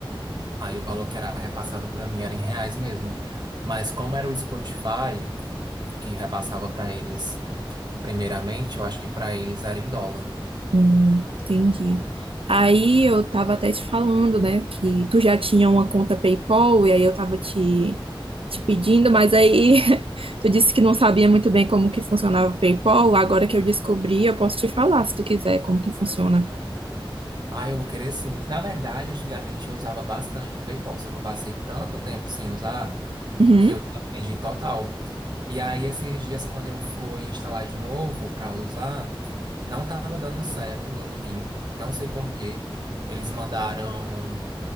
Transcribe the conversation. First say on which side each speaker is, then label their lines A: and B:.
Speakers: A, on the right (about 50°); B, on the right (about 85°).
A: Aí o valor que era repassado para mim era em reais mesmo. Mas como era o Spotify que repassava para eles primeiramente, eu acho que para eles era em dólar.
B: Hum, entendi. Aí eu tava até te falando, né, que tu já tinha uma conta PayPal e aí eu tava te, te pedindo, mas aí <laughs> tu disse que não sabia muito bem como que funcionava o PayPal. Agora que eu descobri, eu posso te falar, se tu quiser, como que funciona.
A: Ah, eu vou querer sim. Na verdade, antigamente eu usava bastante o PayPal, só que eu passei tanto tempo sem usar
B: Uhum.
A: que eu desaprendi total. E aí, esses dias, quando eu fui instalar de novo para usar, Não estava dando certo o meu login, não sei por quê. Eles mandaram